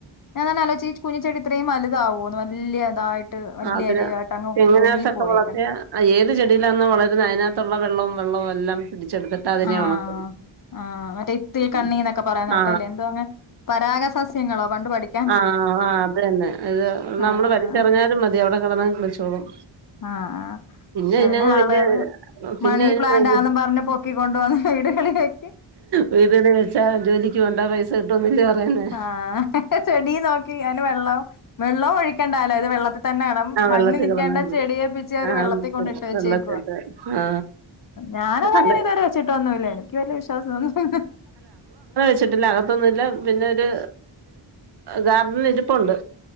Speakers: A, on the left; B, on the right.
A: ഞാനാലോജിച്ച് ഈ കുഞ്ഞിച്ചെടി ഇത്രയും വലുതാവോ വലിയതായിട്ട് വലിയ
B: ആ അതിന്
A: ഇലയായിട്ട് അങ്ങ്
B: തെങ്ങിനകത്തൊക്കെ
A: പൊങ്ങിപ്പോയേക്ക.
B: വളർത്തിയ ആ ഏത് ചെടിയിലാന് വളരുന്ന അതിനകത്തുള്ള വെള്ളവും വെള്ളവും എല്ലാം പിടിച്ചെടുത്തിട്ട് അതിനെ
A: ആഹ്
B: ഉണക്കും.
A: ആഹ് മറ്റേ ഇത്തിൽകണ്ണിന്നൊക്കെ
B: ഉം.
A: പറയുന്ന
B: ആ
A: പ്പെട്ടെല്ലേ എന്തോ അങ്ങ് പരാഗസസ്യങ്ങളോ പണ്ട് പഠിക്ക
B: ആഹ് ആ അതന്നെ ഇത് നമ്മള്
A: ആഹ്
B: വലിച്ചെറിഞ്ഞാലും മതി അവിടെ കിളിച്ചോളും
A: ആഹ്
B: പിന്നെ
A: ആ അതിനെ
B: ഇതിനങ്ങ്
A: ആളുകള്
B: വലിയ പിന്നെ
A: മണി
B: അതിന്
A: പ്ലാന്റ്ന്നും
B: ഭയങ്ക
A: പറഞ്ഞ് പൊക്കി കൊണ്ട് വന്ന് വീടുകളിലേക്ക്.
B: വീടട് വെച്ചാ ജോലിക്ക് പോണ്ട പൈസ കിട്ടുവന്നല്ലേ പറയുന്നേ.
A: ആഹ് ചെടി നോക്കി അയിന് വെള്ളം വെള്ളം ഒഴിക്കേണ്ടല്ലോ ഇത് വെള്ളത്തി തന്നെ വണം
B: ആ
A: മണ്ണി
B: വെള്ളത്തിൽ
A: നിൽക്കേണ്ട
B: കിടന്നാ മതി
A: ചെടിയെ.
B: ആ
A: വെള്ളത്തി
B: മുത്ത്
A: കൊണ്ടിട്ട് വെച്ചേക്കുവ
B: വെള്ളത്തിട്ട് ആ
A: ഞാനതങ്ങനെ
B: അതെ
A: ഇതുവരെ വെച്ചിട്ട് ഒന്നുല്ല എനി. ഇക്ക് വല്ല്യ വിശ്വാസംന്നുല്ല.
B: ച്ചിട്ടില്ല അകത്തൊന്നുംല്ല പിന്നെ ഒരു ഗാർഡനിൽ ഇരിപ്പുണ്ട്.